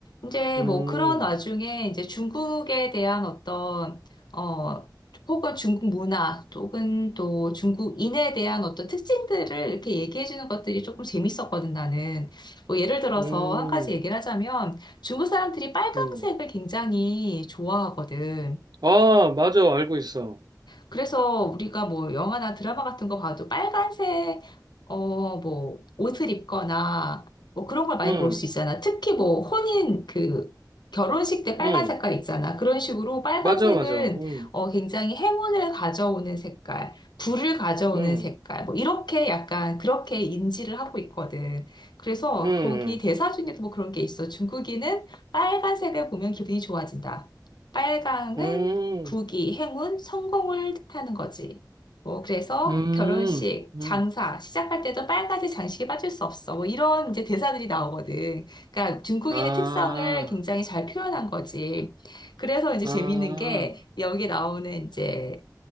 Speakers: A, on the left; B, on the right.
A: 이제
B: 음,
A: 뭐 그런 와중에 이제 중국에 대한 어떤 어 혹은 중국 문화 혹은 또 중국인에 대한 어떤 특징들을 이렇게 얘기해 주는 것들이 조금 재밌었거든 나는 뭐 예를 들어서
B: 음,
A: 한 가지 얘기를 하자면 중국 사람들이 빨강색을
B: 음.
A: 굉장히 좋아하거든.
B: 아, 맞아, 알고 있어.
A: 그래서 우리가 뭐 영화나 드라마 같은 거 봐도 빨간색, 어, 뭐 옷을 입거나 뭐 그런 걸 많이
B: 음.
A: 볼 수 있잖아. 특히 뭐 혼인 그 결혼식 때 빨간
B: 응,
A: 색깔 있잖아. 그런 식으로 빨간색은
B: 맞아, 맞아. 응,
A: 어, 굉장히 행운을 가져오는 색깔, 불을 가져오는
B: 응,
A: 색깔, 뭐 이렇게 약간 그렇게 인지를 하고 있거든. 그래서
B: 응,
A: 거기 대사 중에도 뭐 그런 게 있어. 중국인은 빨간색을 보면 기분이 좋아진다. 빨강은
B: 응,
A: 부귀, 행운, 성공을 뜻하는 거지. 뭐, 그래서
B: 응,
A: 결혼식,
B: 응.
A: 장사, 시작할 때도 빨간색 장식에 빠질 수 없어. 뭐, 이런 이제 대사들이 나오거든. 그러니까 중국인의
B: 아,
A: 특성을 굉장히 잘 표현한 거지. 그래서 이제
B: 아,
A: 재밌는 게 여기 나오는 이제